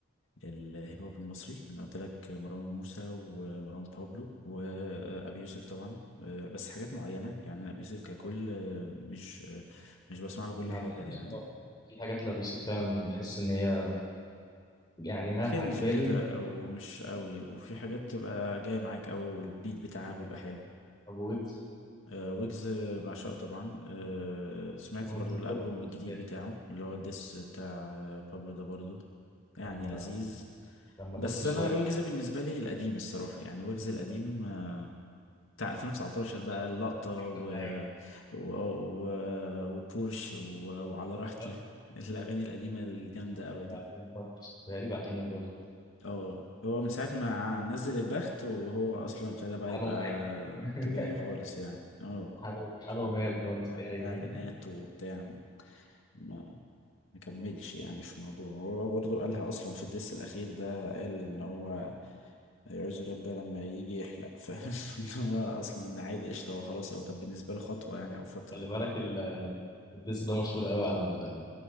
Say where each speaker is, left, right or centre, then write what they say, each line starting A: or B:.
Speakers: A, on the left (about 80°); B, on the left (about 20°).
A: الهيب هوب المصري أنا قلت لك مروان موسى ومروان بابلو وأبي يوسف طبعا آه بس حاجات معينة يعني أنا أبي يوسف ككل آه، مش آه، مش بسمع له
B: ما
A: كل حاجة
B: بحبش
A: يعني
B: اه في حاجات لأبو يوسف فعلا بحس إن هي يعني ها
A: كرنج
B: عجباني
A: كده أو مش قوي وفي حاجات تبقى جاية معاك أو البيت بتاعها بيبقى حلو
B: أبو ويجز
A: آه، ويجز بعشقه طبعا آه، سمعت
B: ويجز
A: برضو الألبوم
B: توب بالنسبه
A: الجديد
B: لي
A: بتاعه اللي هو ديس بتاع آه، بابلو ده برضو يعني
B: لما
A: لذيذ
B: لما
A: بس
B: دس شويه
A: أنا ويجز
B: على
A: بالنسبة لي القديم الصراحة يعني ويجز القديم آه، بتاع 2019 بقى اللقطة و...
B: اجمد حاجه
A: و... و... وبورش و... وعلى راحتي
B: البخت
A: <laughs> الأغاني القديمة الجامدة أوي دي
B: بعدين البخت بيتهيألي بعدين البخت
A: اه هو من ساعة ما نزل البخت وهو اصلا ابتدى بقى
B: حاله
A: يبقى
B: مايل <laughs>
A: تجاري خالص يعني اه
B: حاله حاله
A: عشان
B: مايل
A: بقى
B: خالص
A: بقى
B: يا عيني
A: اعلانات
B: <laughs>
A: وبتاع ما ما ما كملش يعني في موضوع هو برضو قالها اصلا في الدس الاخير ده قال ان هو هيعوز الراب ده لما يجي يحلق <laughs> فاهم ان هو اصلا عادي قشطة هو خلاص هو كان بالنسبة له خطوة يعني او فترة
B: خلي
A: يعني.
B: بالك ال- الدس ده مشهور قوي على ال...